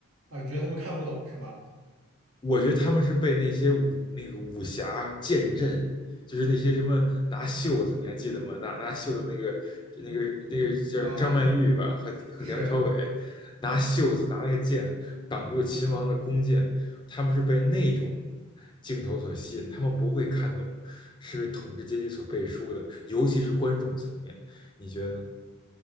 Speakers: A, on the right; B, on the left.
A: 啊。你觉得他们看不懂是吗？
B: 我觉得他们是被那些武那个武侠剑阵，就是那些什么拿袖子，你还记得吗？拿拿袖子那个那个那个叫什么张曼玉吧，
A: 啊，
B: 和和梁朝伟拿袖子拿那个剑挡住秦王的弓箭，
A: 是。
B: 他们是被那种镜头所吸引，他们不会看懂是为统治阶级所背书的，尤其是观众层面，你觉得呢？